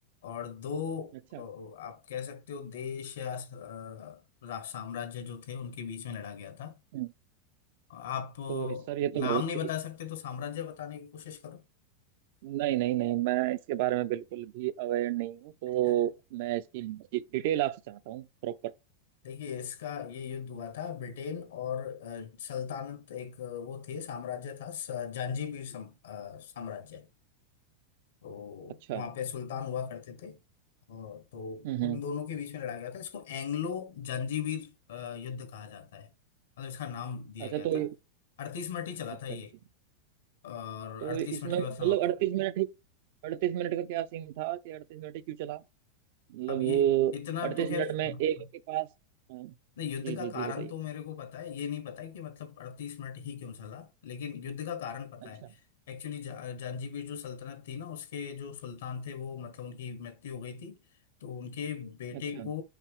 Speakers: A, on the left (about 85°); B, on the right (about 60°).
A: और दो
B: अच्छा
A: अ, आप कह सकते हो देश या अ, रा- साम्राज्य जो थे उनके बीच में लड़ा गया था
B: हम्म,
A: आप अ,
B: तो सर ये तो
A: नाम
B: बहुत
A: नहीं बता
B: ही
A: सकते तो साम्राज्य बताने की कोशिश करो
B: नहीं नहीं नहीं मैं इसके बारे में बिल्कुल भी अवेयर नहीं हूँ तो
A: <laughs>
B: मैं इसकी डिटेल आपसे चाहता हूँ प्रॉपर
A: देखिए इसका ये युद्ध हुआ था ब्रिटेन और अ, सल्तनत एक अ, वो थे साम्राज्य था स- जंजीबार सम, अ, साम्राज्य तो
B: अच्छा
A: वहाँ पे सुल्तान हुआ करते थे और तो
B: हम्म हम्म
A: उन दोनों के बीच में लड़ा गया था इसको एंग्लो जंजीबार युद्ध कहा जाता है मतलब इसका नाम दिया
B: अच्छा
A: गया
B: तो
A: था
B: ये
A: अड़तीस मिनट ही चला
B: अच्छा
A: था ये
B: अच्छा
A: और
B: तो
A: अड़तीस
B: इसमें
A: मिनट के
B: मतलब
A: बाद समाप्त
B: अड़तीस
A: हो गया
B: मिनट ही अड़तीस मिनट का क्या सीन था कि अड़तीस मिनट ही क्यों चला मतलब
A: अब ये इतना
B: अड़तीस
A: तो खैर
B: मिनट में
A: हाँ,
B: एक के पास हाँ,
A: नहीं युद्ध
B: जी
A: का
B: जी
A: कारण
B: जी बताइए
A: तो मेरे को पता है ये नहीं पता है कि मतलब अड़तीस मिनट ही क्यों चला लेकिन युद्ध का कारण पता
B: अच्छा
A: है एक्चुअली जा, जांजीबीर जो सल्तनत थी ना उसके जो सुल्तान थे वो मतलब उनकी मृत्यु हो गई थी तो उनके बेटे
B: अच्छा
A: को